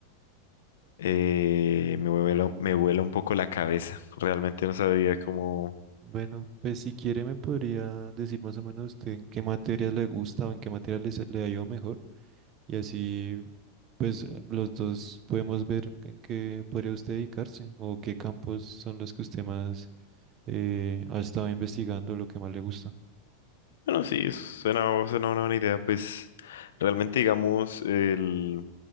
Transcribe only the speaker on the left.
Eh, me vuela, me vuela un poco la cabeza. Realmente no sabría cómo.
Bueno, sí, suena, suena una buena idea. Pues realmente, digamos, el...